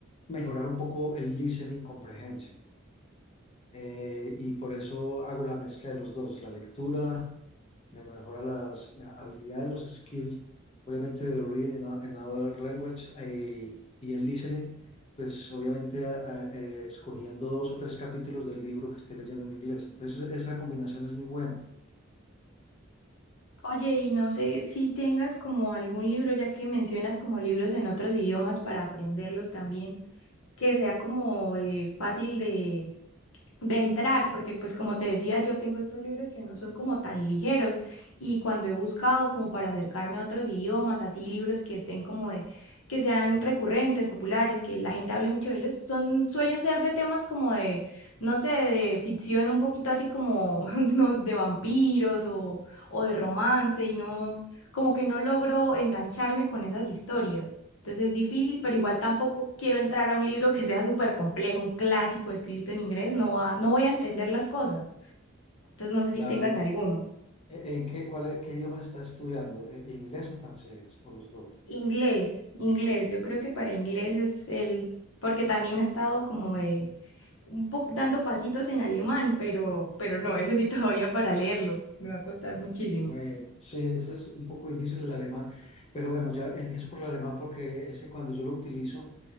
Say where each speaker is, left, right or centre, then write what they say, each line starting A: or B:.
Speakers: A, on the left (about 30°); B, on the left (about 80°).
A: mejorar un poco el listening comprehension. Eh, y por eso hago la mezcla de los dos. La lectura me mejora las eh, habilidades, los skills, obviamente de reading in, a- in another language eh, y el listening, pues obviamente a- a- eh, escogiendo dos o tres capítulos del libro que esté leyendo en inglés. Entonces esa combinación es muy buena.
B: Oye, y no sé si tengas como algún libro, ya que mencionas como libros en otros idiomas para aprenderlos también. que sea como eh, fácil de, de entrar, porque pues como te decía, yo tengo estos libros que no son como tan ligeros y cuando he buscado como para acercarme a otros idiomas, así libros que estén como de, que sean recurrentes, populares, que la gente hable mucho de ellos, son, suelen ser de temas como de, no sé, de ficción un poquito así como <laughs> no, de vampiros o, o de romance y no, como que no logro engancharme con esas historias. Entonces es difícil, pero igual tampoco quiero entrar a un libro que sea súper complejo, un clásico escrito en inglés, no, va- no voy a entender las cosas. Entonces no sé si
A: Claro,
B: tengas alguno.
A: ¿en en qué, cuál, es- qué idioma estás estudiando? ¿En- en ¿Inglés o francés o los dos?
B: Inglés, inglés, yo creo que para inglés es el, porque también he estado como eh, un poco dando pasitos en alemán, pero, pero no, eso sí <laughs> todavía para leerlo, me va a costar muchísimo.
A: Bueno, sí, ese es un poco difícil el alemán, pero bueno, ya empiezo por el alemán porque ese cuando yo lo utilizo,